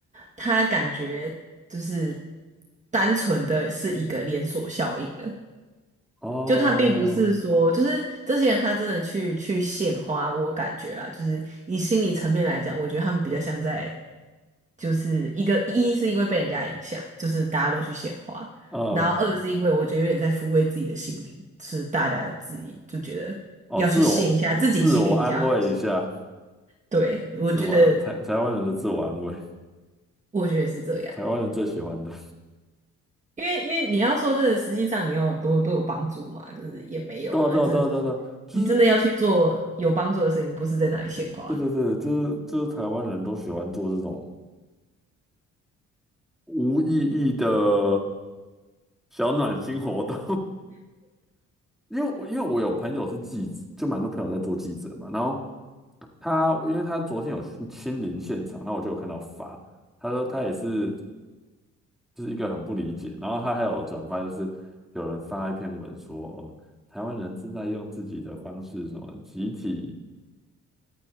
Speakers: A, on the right; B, in the centre.
A: 他感觉就是单纯的是一个连锁效应了。
B: 哦，
A: 就他并不是说，就是这些人他真的去去献花，我感觉啦，就是以心理层面来讲，我觉得他们比较像在，就是一个一是因为被人家影响，就是大家都去献花，
B: 嗯，
A: 然后二是因为我觉得有点在抚慰自己的心灵，就是大家自己就觉得要去献一下自己心里比较好
B: 哦，自我自我安慰一下，
A: 对，我觉得
B: 自我安台台湾人的自我安慰，
A: 我觉得是这样。
B: 台湾人最喜欢的，
A: 因为因为你要说真的，实际上你要有多多有帮助嘛，就是也没有啊，
B: <laughs> 对啊对啊对啊对啊，
A: 这
B: 对啊就是
A: 你真的要去做有帮助的事情，不是在那里献花。
B: 对对对，就是就是台湾人都喜欢做这种。无意义的小暖心活动，<laughs> 因为我因为我有朋友是记者，就蛮多朋友在做记者嘛，然后他因为他昨天有去亲临现场，然后我就有看到发，他说他也是就是一个很不理解，然后他还有转发，就是有人发一篇文说哦，台湾人正在用自己的方式什么集体